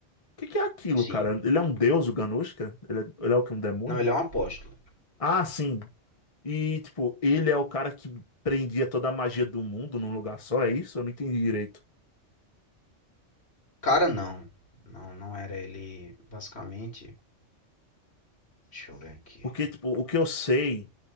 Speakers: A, on the left (about 30°); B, on the left (about 60°).
A: que, que é aquilo,
B: Sim.
A: cara? Ele é um deus, o Ganushka? Ele é, ele é o que? Um demônio?
B: Não, ele é um apóstolo.
A: Ah, sim. E, tipo, ele é o cara que prendia toda a magia do mundo num lugar só, é isso? Eu não entendi direito.
B: Cara, não. Não, não era ele. Basicamente. Deixa eu ver aqui.
A: Porque, tipo, o que eu sei